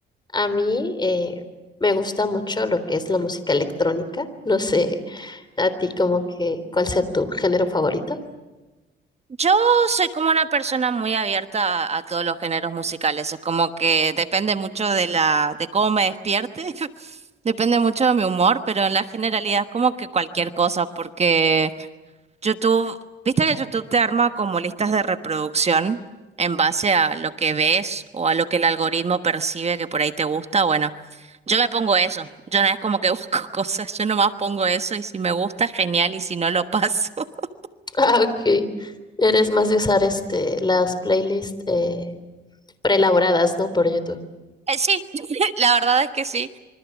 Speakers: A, on the left; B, on the right.
A: a mí eh, me gusta mucho lo que es la música electrónica. No sé, a ti como que, ¿cuál sea tu género favorito?
B: Yo soy como una persona muy abierta a, a todos los géneros musicales. Es como que depende mucho de la, de cómo me despierte, <laughs> depende mucho de mi humor, pero en la generalidad es como que cualquier cosa, porque YouTube, viste que YouTube te arma como listas de reproducción en base a lo que ves o a lo que el algoritmo percibe que por ahí te gusta. Bueno, yo me pongo eso. Yo no es como que <laughs> busco cosas, yo nomás pongo eso y si me gusta, genial, y si no, lo paso. <laughs>
A: Ah, ok. Eres más de usar este, las playlists eh, preelaboradas, ¿no? Por YouTube.
B: Eh, Sí, <laughs> la verdad es que sí.